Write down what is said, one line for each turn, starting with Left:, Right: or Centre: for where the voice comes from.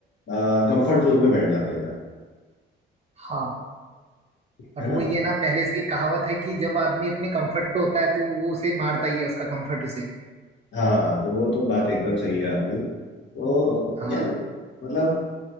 Left: कंफर्ट जोन में बैठ जाते हैं जाके
Right: हाँ और
Left: है ना
Right: वो ये ना पहले से ही कहावत है कि जब आदमी अपने कंफर्ट पे होता है तो वो उसे मारता ही है उसका कंफर्ट उसे
Left: हाँ तो वो तो बात एकदम सही है आपकी तो
Right: हाँ
Left: यार मतलब